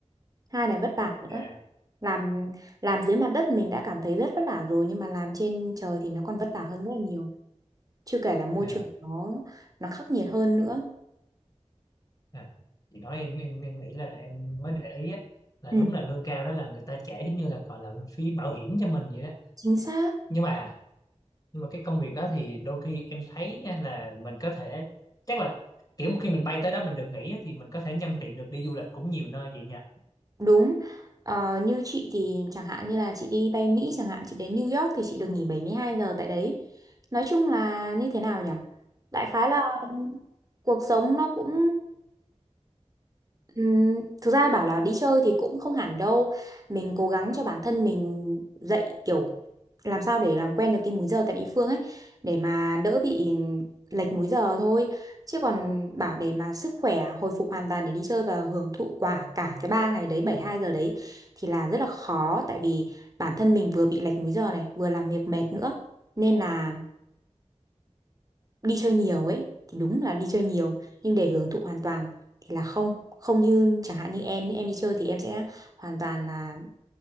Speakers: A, on the right; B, on the left.
A: hai là vất vả nữa
B: dạ
A: làm làm dưới mặt đất mình đã cảm thấy rất vất vả rồi nhưng mà làm trên trời thì nó còn vất vả hơn rất là nhiều chưa kể là môi
B: dạ
A: trường nó nó khắc nghiệt hơn nữa
B: dạ. chị nói em em em nghĩ là em mới để ý á là
A: Ừ.
B: đúng là lương cao đó là người ta trả giống như là gọi là phí bảo hiểm cho mình vậy đó
A: chính xác
B: nhưng mà nhưng mà cái công việc đó thì đôi khi em thấy nha là mình có thể chắc là kiểu khi mình bay tới đó mình được nghỉ á, thì mình có thể nhân tiện được đi du lịch cũng nhiều nơi vậy nha
A: đúng Ờ, như chị thì chẳng hạn như là chị đi bay Mỹ chẳng hạn chị đến New York thì chị được nghỉ 72 giờ tại đấy nói chung là như thế nào nhỉ đại khái là cuộc sống nó cũng Ừm, thực ra bảo là đi chơi thì cũng không hẳn đâu mình cố gắng cho bản thân mình dậy kiểu làm sao để làm quen được cái múi giờ tại địa phương ấy để mà đỡ bị lệch múi giờ thôi chứ còn bảo để mà sức khỏe hồi phục hoàn toàn để đi chơi và hưởng thụ quả cả cái ba ngày đấy bảy hai giờ đấy thì là rất là khó tại vì bản thân mình vừa bị lệch múi giờ này vừa làm việc mệt nữa nên là đi chơi nhiều ấy thì đúng là đi chơi nhiều nhưng để hưởng thụ hoàn toàn thì là không không như chẳng hạn như em như em đi chơi thì em sẽ hoàn toàn là